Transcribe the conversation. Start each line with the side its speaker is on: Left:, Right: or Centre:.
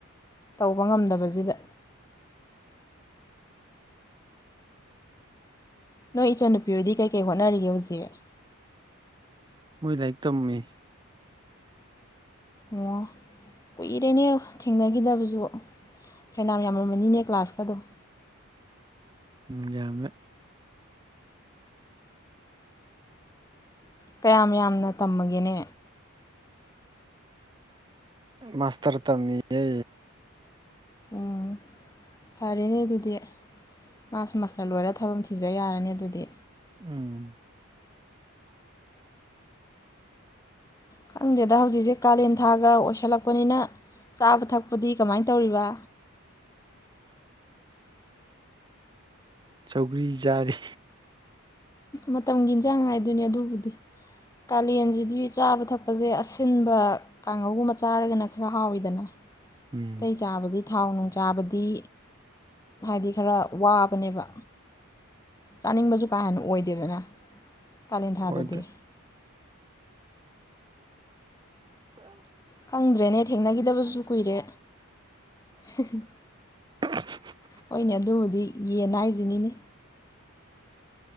Left: ꯇꯧꯕ ꯉꯝꯗꯕꯁꯤꯗ ꯅꯣꯏ ꯏꯆꯟꯅꯨꯄꯤ ꯑꯣꯏꯗꯤ ꯀꯩꯀꯩ ꯍꯣꯠꯅꯔꯤꯒꯦ ꯍꯧꯖꯤꯛ
Right: ꯃꯣꯏ ꯂꯥꯏꯔꯤꯛ ꯇꯝꯃꯤ
Left: ꯑꯣ ꯀꯨꯏꯔꯦꯅꯦ ꯊꯦꯡꯅꯈꯤꯗꯕꯁꯨ ꯐꯦꯅꯝ ꯌꯥꯝꯃꯝꯃꯅꯤꯅꯦ ꯀ꯭ꯂꯥꯁꯇꯗꯣ
Right: ꯎꯝ ꯌꯥꯝꯃꯦ
Left: ꯀꯌꯥꯝ ꯌꯥꯝꯅ ꯇꯝꯃꯒꯦꯅꯦ
Right: ꯃꯥꯁꯇꯔ ꯇꯝꯃꯤꯦ
Left: ꯎꯝ ꯐꯔꯦꯅꯦ ꯑꯗꯨꯗꯤ ꯃꯥꯁ ꯃꯥꯁꯅ ꯂꯣꯏꯔꯒ ꯊꯝꯁꯦ ꯁꯤꯗ ꯌꯥꯔꯅꯤ ꯑꯗꯨꯗꯤ
Right: ꯎꯝ
Left: ꯈꯪꯗꯦꯗ ꯍꯧꯖꯤꯛꯁꯦ ꯀꯥꯂꯦꯟ ꯊꯥꯒ ꯑꯣꯏꯁꯜꯂꯛꯄꯅꯤꯅ ꯆꯥꯕ ꯊꯛꯄꯗꯤ ꯀꯃꯥꯏꯅ ꯇꯧꯔꯤꯕ
Right: ꯁꯧꯒ꯭ꯔꯤ ꯆꯥꯔꯤ
Left: ꯃꯇꯝꯒꯤ ꯏꯟꯖꯥꯡ ꯍꯥꯏꯗꯨꯅꯤ ꯑꯗꯨꯕꯨꯗꯤ ꯀꯥꯂꯦꯟꯁꯤꯗꯤ ꯆꯥꯕ ꯊꯛꯄꯁꯦ ꯑꯁꯤꯟꯕ ꯀꯥꯡꯉꯧꯒꯨꯝꯕ ꯆꯥꯔꯒꯅ ꯈꯔ ꯍꯥꯎꯋꯤꯗꯅ
Right: ꯎꯝ
Left: ꯇꯩ ꯆꯥꯕꯗꯤ ꯊꯥꯎ ꯅꯨꯡ ꯆꯥꯕꯗꯤ ꯍꯥꯏꯗꯤ ꯈꯔ ꯋꯥꯕꯅꯦꯕ ꯆꯥꯅꯤꯡꯕꯁꯨ ꯀꯥ ꯍꯦꯟꯅ ꯑꯣꯏꯗꯦꯗꯅ ꯀꯥꯂꯦꯟ ꯊꯥꯗꯗꯗꯤ
Right: ꯍꯣꯏꯗ ꯎꯝ
Left: ꯈꯪꯗ꯭ꯔꯦꯅꯦ ꯊꯦꯡꯅꯈꯤꯗꯕꯁꯨ ꯀꯨꯏꯔꯦ <unintelligible>
Right: <unintelligible>
Left: ꯍꯣꯏꯅꯦ ꯑꯗꯨꯕꯨꯗꯤ ꯌꯦꯟ ꯍꯥꯏꯁꯤꯅꯤꯅꯦ